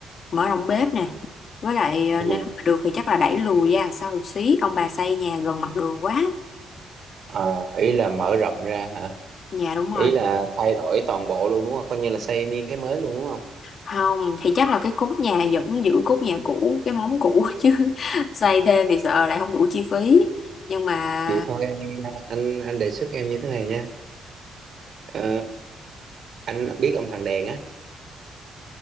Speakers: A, on the left; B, on the right.
A: mở rộng bếp nè với lại ờ,
B: ờ
A: nếu mà được thì chắc là đẩy lùi ra đằng sau một xí ông bà xây nhà gần mặt đường quá
B: Ờ, ý là mở rộng ra hả
A: dạ đúng rồi
B: ý là thay đổi toàn bộ luôn đúng không coi như là xây miên cái mới luôn đúng không
A: không thì chắc là cái cốt nhà vẫn giữ cốt nhà cũ cái móng cũ <laughs> chứ xây thêm thì sợ lại không đủ chi phí nhưng mà
B: vậy thôi anh anh anh đề xuất em như thế này nha Ờ, anh biết ông thằng Đèn á